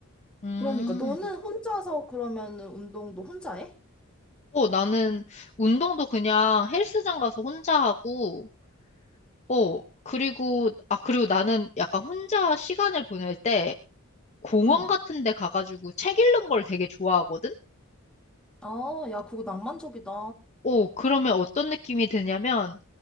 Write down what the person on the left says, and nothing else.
음.
어, 나는 운동도 그냥 헬스장 가서 혼자 하고, 어, 그리고, 아, 그리고 나는 약간 혼자 시간을 보낼 때 공원
같은 데 가가지고 책 읽는 걸 되게 좋아하거든?
오, 그러면 어떤 느낌이 드냐면,